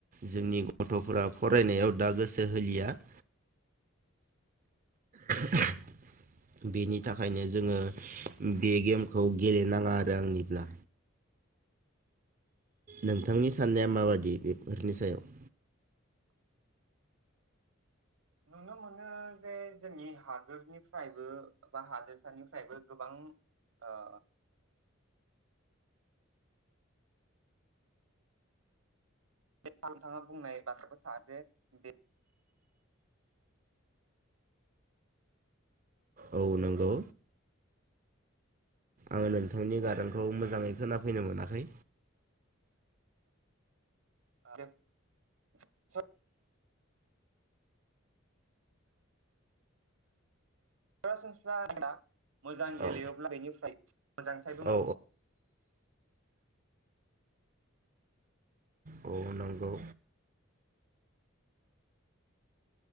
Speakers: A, on the right; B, on the right.
A: जोंनि गथफोरा फरायनायाव दा गोसो होलिया <inaudible> <inaudible> बेनि थाखायनो जोङो बे गेमखौ गेलेनाङा आरो आंनिब्ला नोंथांनि साननाया माबादि बेफोरनि सायाव
B: नुनो मोनो जे जोंनि हादोरनिफ्रायबो बा हादोरसानिफ्रायबो गोबां ओ बे <unintelligible> नोंथाङा बुंनाय <unintelligible> जे बे
A: औ नंगौ आङो नोंथांनि गारांखौ मोजाङै खोनाफैनो मोनाखै
B: <unintelligible> सरासनस्रा <unintelligible> मोजां गेलेयोब्ला
A: औ
B: बेनिफ्राय <unintelligible>
A: औ औ नंगौ